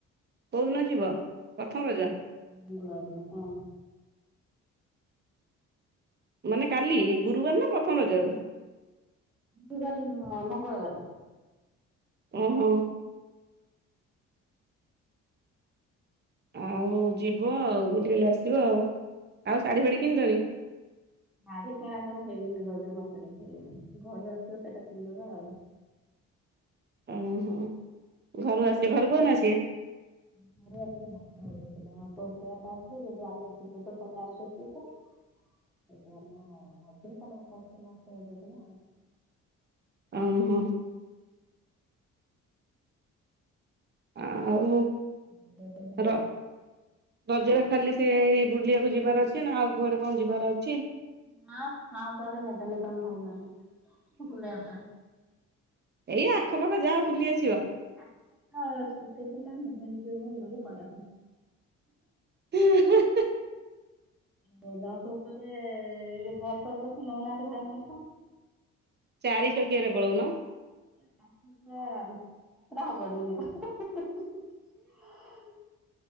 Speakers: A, on the right; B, in the centre.
A: କୋଉଦିନ ଯିବ? ପ୍ରଥମ ରଜ
B: ଗୁରୁବାର ଦିନ, ହଁ।
A: ମାନେ କାଲି, ଗୁରୁବାର ନା ପ୍ରଥମ ରଜକୁ?
B: ଗୁରୁବାରେ ନୁହଁ ମଙ୍ଗଳବାରେ।
A: ଉଁହୁଁ। ଆଉ ଯିବ ଆଉ ବୁଲିବାଲି ଆସିବ ଆଉ। ଆଉ ଶାଢୀ ଫାଢୀ କିଣିଲଣି?
B: ଶାଢ଼ି କିଣାକଣି ହେଇନି, ରଜ ମାର୍କେଟିଙ୍ଗ ହେଇନି। ଘରୁ ଆସିଲେ ଶାଢ଼ୀଟା କିଣିଦବା ଆଉ।
A: ଉଁହୁଁ। ଘରୁ ଆସିବେ, ଘରୁ କୋଉଦିନ ଆସିବେ?
B: <unintelligible>
A: <inaudible>
B: <unintelligible>
A: ଊଂହୁଁ। ଆଉ
B: <unintelligible>
A: ର ରଜରେ ଖାଲି ସେ ଏଇ ବୁଲିବାକୁ ଯିବାର ଅଛି ନା ଆଉ କୁଆଡେ କଣ ଯିବାର ଅଛି?
B: ନା ଆଉ କୁଆଡେ ନେବେନି ତମ ଭାଇ ମାନେ ବୁଲେଇବା ପାଇଁ।
A: ଏଇ ଆଖପାଖ ଯାଅ ବୁଲି ଆସିବ।
B: ଆଖ ପାଖ, ସ୍କୁଟି ଥିଲେ ଆମେ ନିଜେ ନିଜେ ବୁଲିକି ପଳେଇ ଆଇଥାନ୍ତୁ।
A: ହେଁ ହେଁ ହେଁ।
B: ବ୍ୟାଙ୍କ ଉପରେ ଏ ଯୋଉ ଭରସା କଲାଠୁ ନେଉନାହାନ୍ତି ଭାଇ ମାନଙ୍କୁ।
A: ଚାରି ଚକିଆରେ ପଳଉନ।
B: ଏ ଶାଶୁ ଶଶୁର, ହେଇଟା ହବନୁ ଏଇନାକେ। <unintelligible>